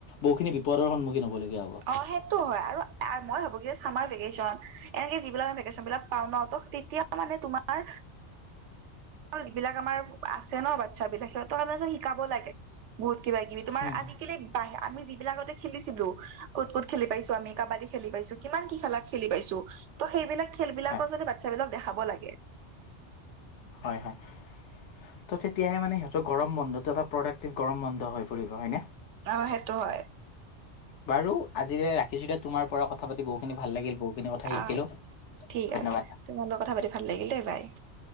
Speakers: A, on the left (about 80°); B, on the right (about 80°).
A: বহুখিনি বিপদৰ সন্মুখীন হবলগীয়া হব।
B: অ সেইটো হয় আৰু মই ভাবো কি যে চামাৰ ভিকেচন। এনেকে যিবিলাক আমি ভেকেচন বিলাক পাওঁ ন ত তেতিয়া মানে তোমাৰ। যিবিলাক আমাৰ আছে ন বাচ্ছ বিলাক সিহঁতক আমি শিকাব লাগে। বহুত কিবা কিবি তোমাৰ
A: হুম,
B: আজিকালি
A: হুম,
B: বাহ আমি যিবিলাকতে খেলিছিলো। কুত-কুত খেলি পাইছো আমি কাবাডী খেলি পাইছো কিমান কি খেলা খেলি পাইছো ত' সেইবিলাক খেল বিলাকৰ
A: হয়
B: যদি বাচ্চা বিলাকক দেখাব লাগে।
A: হয় হয় হে এ এ এ ত' তেতিয়াহে মানে সিহঁতৰ গৰম বন্ধটো এটা প্ৰডাক্টটিভ গৰম বন্ধ হৈ পৰিব হয় না।
B: অ সেইটো হয়।
A: বাৰু আজিলে ৰাখিছো দে তোমাৰ পৰা কথা। কথা পাতি বহুখিনি ভাল লাগিল বহুখিনি কথা
B: অ
A: শিকিলোঁ ধন্যবাদ।
B: ঠিক আছে তোমাৰ লগত কথা পাতি ভাল লাগিল দেই বাই,